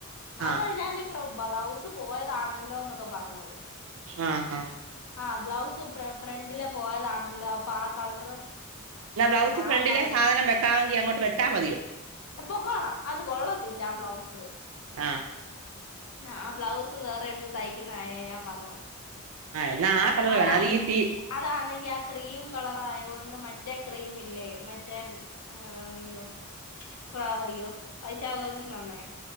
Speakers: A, on the right; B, on the left.
A: ആഹ്
B: അതാ ഞാന് ബളവ്സ് പോയതാണല്ലോന്നൊക്കെ പറഞ്ഞത്
A: ആ ആ
B: ആ ബ്ലൗസ് ഫ്ര ഫ്രണ്ടിലെ പോയതാണല്ലോ അപ്പൊ ആ കളറ്
A: എന്നാ ബ്ലൗസ്
B: ന്ന
A: ഫ്രണ്ടിലെ
B: ആ കളർ
A: സാധനം വെക്കാമെങ്കി അങ്ങോട്ട് വെച്ചാ മതിയോ
B: പൊക്കോണം അത് കൊള്ളത്തില്ല ആ ബ്ലൗസ്
A: ആഹ്
B: അ അ ബ്ലൗസ് വേറെ എടുത്ത് തയ്ക്കുന്ന കാര്യവാ ഞാൻ പറഞ്ഞെ
A: ആഹ് എന്നാ ആ കളർ
B: അതാനെങ്കി
A: വേണം അത് ഈ പി
B: അതാനെങ്കി ആ ക്രീം കളറായോണ്ട് മറ്റേ ക്രീമില്ലേ <unintelligible> ഹാ അയ്യോ പാ അയ്യോ പൈസ ആകൊച്ചും തന്നെ